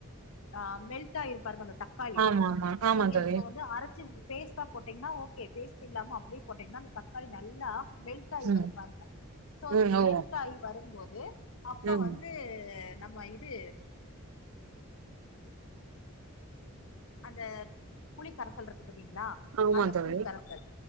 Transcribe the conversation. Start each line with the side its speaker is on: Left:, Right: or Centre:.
Left: ஆ மெல்டா ஆயிருப்பாருங்க அந்த தக்காளி
Right: ஆமா ஆமா ஆமா
Left: நீங்க
Right: தோழி
Left: இப்ப வந்து அரச் சி பேஸ்ட்டா போட்டீங்கன்னா ஓகே பேஸ்ட் இல்லாம அப்டியே போட்டீங்கன்னா அந்த தக்காளி நல்லா மெல்ட்டாய்
Right: ம்
Left: வரு பாருங்க சோ அது
Right: ம் ஓ
Left: மெல்ட்டாயி வரும்போது அப்ப
Right: ம்
Left: வந்து நம்ப இது அந்த புளி கரசல் இருக்கு பாத் திங்ளா
Right: ஆமா
Left: அந்த
Right: தோழி
Left: புளிக்கரசல்